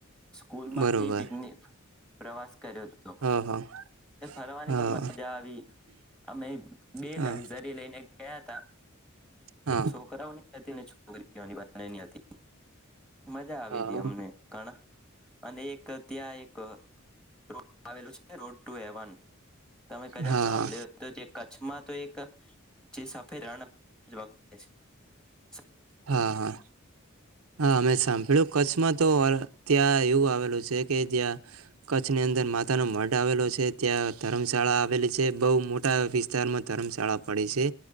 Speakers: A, in the centre; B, on the right (about 80°).
A: સ્કૂલમાંથી
B: બરોબર
A: પિકનિક પ્રવાસ કર્યો હતો
B: હા હા
A: ફરવાની
B: હા
A: પણ મજા આવી અમે બે
B: હા
A: લક્ઝરી લઈને ગયા તા
B: હા
A: એક છોકરાઓની હતી અને છો છોકરીઓની બંનેની હતી મજા આવી
B: હા
A: હતી અમને ઘણા અને એક ત્યાં એક રો આવેલું છે રોડ ટુ હેવન તમે કજાક
B: હા હા
A: સાંભળ્યો તો જે કચ્છમાં તો એક જે સફેદ રણ બ <unintelligible>
B: હા હા હા અમે સાંભળ્યું કચ્છમાં તો ત્યાં એવું આવેલું છે કે જ્યાં કચ્છની અંદર માતાનો મઢ આવેલો છે ત્યાં ધર્મશાળા આવેલી છે બહુ મોટા વિસ્તારમાં ધર્મશાળા પડે છે